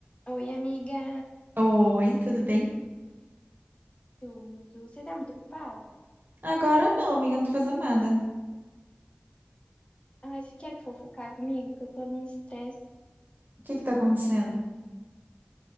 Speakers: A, on the left; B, on the right.
A: Oi, amiga,
B: Oi, tudo bem?
A: tudo? Você tá muito ocupada?
B: Agora não, amiga, não tô fazendo nada.
A: Ai, você quer fofocar comigo? Que eu tô num estresse.
B: O que que tá acontecendo?